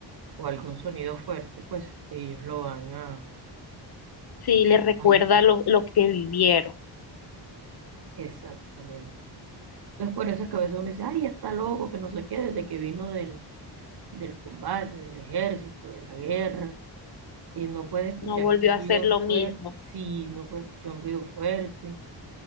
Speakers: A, on the right; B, on the left.
A: o algún sonido fuerte, pues ellos lo van a
B: Sí, les recuerda
A: a ayudar.
B: lo, lo que vivieron.
A: Exactamente. Entonces, por eso es que a veces uno dice, ay, está loco, que no sé qué, desde que vino del, del combate, del ejército, de la guerra, y no puede escuchar
B: No volvió
A: un
B: a
A: ruido
B: hacer lo mismo
A: fuerte, sí, no puede escuchar un ruido fuerte,